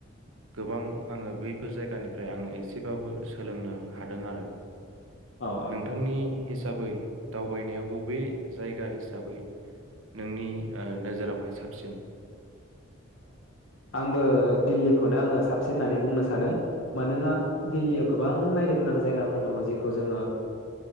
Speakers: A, on the right; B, on the left.
A: गोबां आङो बैफोर जायगानिफ्राय आङो एसेबाबो सोलोंनो हादों आरो
B: औ औ
A: नोंथांनि हिसाबै दावबायनायाव बबे जायगा हिसाबै नोंनि नोजोरावहाय साबसिन
B: आंबो दिल्लीखौनो आङो साबसिन होननानै बुंनो सानो मानोना दिल्लीयाव गोबां नायनो गोनां जायगाफोर दङ जेखौ जोङो